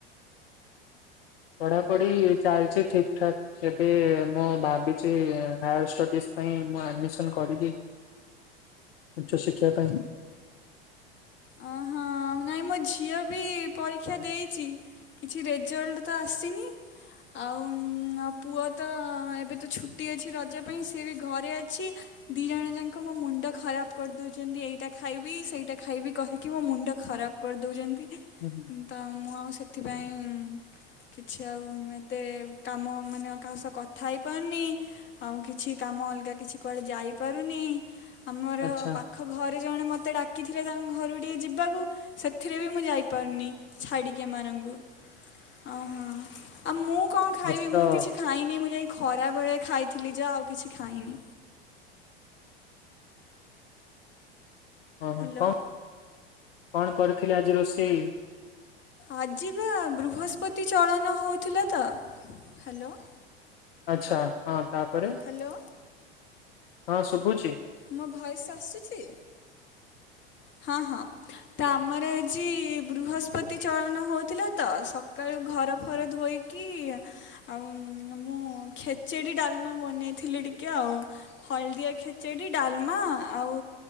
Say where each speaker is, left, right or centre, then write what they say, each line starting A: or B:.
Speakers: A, on the left (about 65°); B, on the left (about 40°).
A: ପଢାପଢି ଚାଲିଛି ଠିକ ଠାକ ଏବେ ମୁଁ ଭାବିଚି ହାୟାର ଷ୍ଟଡିଜ ପାଇଁ ମୁଁ ଆଡମିସନ କରିବି ଉଚ୍ଚଶିକ୍ଷା ପାଇଁ।
B: ଅହଁ ନାଇଁ ମୋ ଝିଅ ବି ପରୀକ୍ଷା ଦେଇଚି କିଛି ରେଜଲ୍ଟ ତ ଆସିନି ଆଉ ମୋ ପୁଅ ତ ଏବେ ତ ଛୁଟି ଅଛି ରଜ ପାଇଁ ସିଏ ବି ଘରେ ଅଛି ଦୁଇଜଣ ଯାକ ମୋ ମୁଣ୍ଡ ଖରାପ କରିଦେଉଚନ୍ତି ଏଇଟା ଖାଇବି ସେଇଟା ଖାଇବି କହିକି ମୋ ମୁଣ୍ଡ ଖରାପ କରିଦଉଚନ୍ତି।
A: ହୁଁ
B: ତ ମୁଁ ଆଉ ସେତ ସେଥିପାଇଁ କିଛି ଆଉ ଏତେ କାମ ମାନେ କାହା ସହ କଥା ହେଇପାରୁନି ଆଉ କିଛି କାମ ଅଲଗା କିଛି କୁଆଡ଼େ ଯାଇପାରୁନି ଆମର
A: ଆଚ୍ଛା
B: ପାଖ ଘରେ ଜଣେ ମୋତେ ଡାକିଥିଲେ ତାଙ୍କ ରୁକୁ ଟିକେ ଯିବାକୁ ସେଥିରେ ବି ମୁଁ ଯାଇପାରୁନି ଛାଡ଼ିକି ଏମାନଙ୍କୁ ଅଁ ଆ ମୁଁ କଣ ଖାଇବି
A: ଦୁଷ୍ଟ
B: ମୁଁ କିଛି ଖାଇନି ମୁଁ ଯାଇ ଖରା ବେଳେ ଖାଇଥିଲି ଯେ ଆଉ କିଛି ଖାଇନି।
A: ହ
B: ହ୍ୟାଲୋ
A: କଣ କଣ କରିଥିଲେ ଆଜି ରୋଷେଇ?
B: ଆଜି ବା ବୃହସ୍ପତି ଚଳନ ହଉଥିଲା ତ ହ୍ୟାଲୋ।
A: ଆଛା ହଁ। ତାପରେ
B: ହ୍ୟାଲୋ
A: ହଁ ଶୁଭୁଛି।
B: ମୋ ଭଏସ୍ ଆସୁଛି ହଁ ହଁ ତ ଆମର ଆଜି ବୃହସ ସ୍ପତି ଚଳନ ହେଉଥିଲା ତ ସକାଳୁ ଘର ଫର ଧୋଇ କି ଆଉ ମୁଁ ଖେଚୁଡ଼ି ଡାଲମା ବନେଇଥିଲିି ଟିକେ ଆଉ ହଳଦିଆ ଖେଚୁଡ଼ି ଡାଲମା ଆଉ